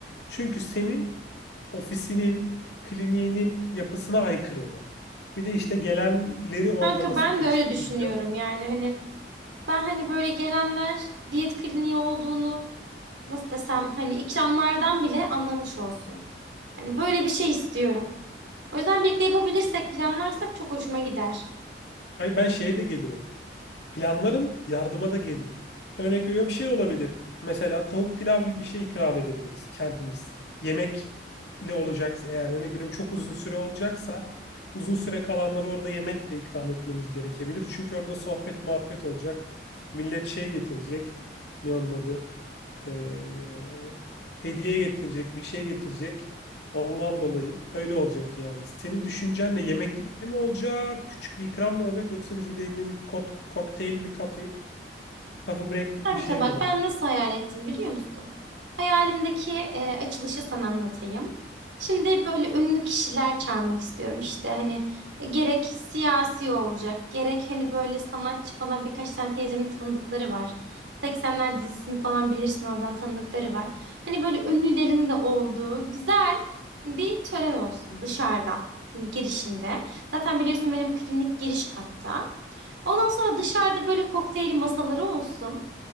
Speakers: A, on the left; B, on the right.
A: Çünkü senin ofisinin, kliniğinin yapısına aykırı o. Bir de işte gelenleri orada
B: Kanka
A: nasıl
B: ben
A: karşılayacağız?
B: de öyle düşünüyorum yani hani ben hani böyle gelenler diyet kliniği olduğunu nasıl desem hani ikramlardan bile anlamış olsun. Hani böyle bir şey istiyorum. O yüzden birlikte yapabilirsek, planlarsak çok hoşuma gider.
A: Hayır ben şeye de gelirim. Planlarım, yardıma da gelirim. Örnek veriyorum şey olabilir. Mesela tavuk pilav gibi bir şey ikram edebiliriz kendimiz. Yemekle olacaksa eğer örnek veriyorum çok uzun süre olacaksa uzun süre kalanlara orada yemek de ikram etmemiz gerekebilir. Çünkü orada sohbet muhabbet olacak. Millet şey getirecek. Ne onun adı? Ee, hediye getirecek, bir şey getirecek. Ondan dolayı öyle olacak yani. Senin düşüncenle yemekli mi olacak, küçük bir ikram mı olacak yoksa bizim de elinde bir kop kokteylli kafe, coffee break gibi
B: Kanka
A: bir şey
B: bak
A: mi olur?
B: ben nasıl hayal ettim biliyor musun? Hayalimdeki e, açılışı sana anlatayım. Şimdi böyle ünlü kişiler çağırmak istiyorum işte hani e, gerek siyasi olacak gerek hani böyle sanatçı falan birkaç tane teyzemin tanıdıkları var. 80'ler dizisini falan bilirsin oradan tanıdıkları var. Hani böyle ünlülerin de olduğu güzel bir tören olsun dışarıda hani girişinde. Zaten biliyorsun benim klinik giriş katta. Ondan sonra dışarıda böyle kokteyl masaları olsun.